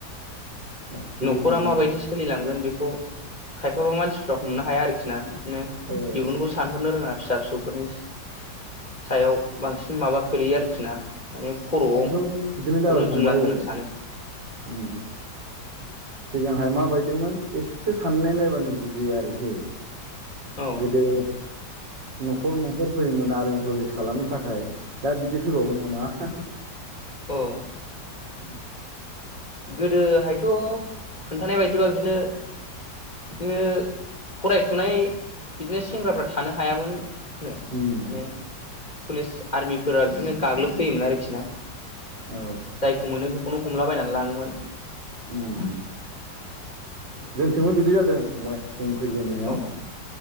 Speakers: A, on the right (about 85°); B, on the left (about 20°).
A: गासिबो
B: नखरा
A: बिदिनो
B: माबायदि सोलिलांगोन बेखौ खायफाबा मानसिफ्रा हमनो हाया आरोखि ना? बिदिनो
A: औ
B: इयुनखौ सानहरनो रोङा फिसा फिसौफोरनि सायाव बांसिन माबा खोलैयो आरोखि ना। माने खर'आव
A: आंथ' बिदिनो जाबाय
B: रुजुना
A: थांबाय
B: होनो सानो
A: ओम सिगांहाय माबायदिमोन एसे साननाय नायबानो बुजियो आरोखि
B: औ
A: गोदो नखर नखर फैयोमोन आरमि पुलिस खालामनो थाखाय दा बिदि फैबावो नामा हा हा
B: औ
A: ओम
B: गोदोहायथ' खोन्थानाय बायदिबा बिदिनो बिदिनो फरायफुनाय बिदिनो सेंग्राफ्रा थानो हायामोन। होनो
A: उम
B: माने पुलिस आर्मिफोरा बिदिनो गाग्लोब फैयोमोन आरोखि ना।
A: औ
B: जायखौ मोनो बेखौनो हमलाबायनानै लाङो।
A: ओम जोंथिंबो बिदि जादों फंबाय जों फैजेननायाव
B: औ